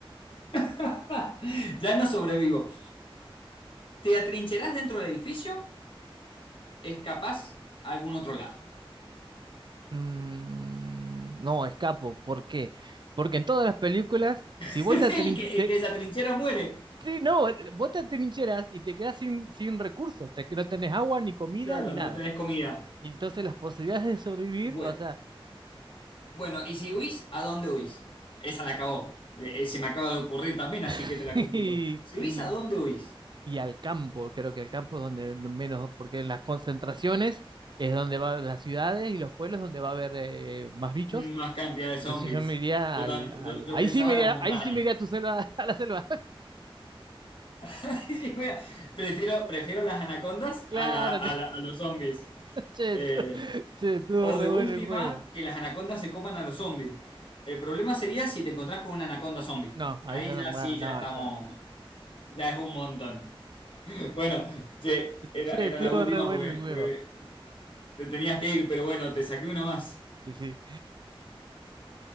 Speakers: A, on the left; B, on the right.
A: <laughs> ya no sobrevivo. Te atrincherás dentro del edificio, escapás a algún otro lado.
B: Mm, no, escapo. ¿Por qué? Porque en todas las películas,
A: <laughs>
B: si vos te, atrin-
A: El que, el
B: te-
A: que se atrinchera muere.
B: sí, no, vos te atrincheras y te quedas sin, sin recursos, te, que no tenés agua, ni comida,
A: Claro,
B: ni nada.
A: no tenés comida.
B: Y entonces las posibilidades de sobrevivir,
A: Bueno,
B: o sea,
A: bueno, y si huís, ¿a dónde huís? Esa la acabó. Eh, eh, Se me acaba de ocurrir también, así
B: <laughs>
A: que te la
B: y,
A: complico. Si
B: y-
A: huís, ¿a dónde huís?
B: y al campo, creo que al campo es donde menos, porque en las concentraciones es donde van las ciudades y los pueblos donde va a haber eh, más bichos.
A: Más cantidad de zombies.
B: Entonces yo me iría
A: Yo,
B: al,
A: tan-
B: al-
A: yo, yo
B: ahí
A: pensaba
B: sí me
A: en
B: iría,
A: las montañas.
B: ahí sí me iría a tu selva, <laughs> a la selva.
A: <laughs> Sí, mira, prefiero, prefiero las anacondas
B: Claro,
A: a, la- a la- a los zombies.
B: te-
A: Eh,
B: <laughs> Che, estuvo
A: o
B: re
A: de última,
B: bueno el juego.
A: que las anacondas se coman a los zombies. El problema sería si te encontrás con una anaconda zombie.
B: No, ahí
A: Ahí
B: ya no,
A: ya
B: bueno,
A: sí, ya
B: no,
A: estamos,
B: ya.
A: ya es un montón. <laughs> Bueno, che, era,
B: Che,
A: era
B: estuvo
A: la última
B: re bueno
A: porque,
B: el juego.
A: porque te tenías que ir, pero bueno, te saqué una más.
B: Sí, sí.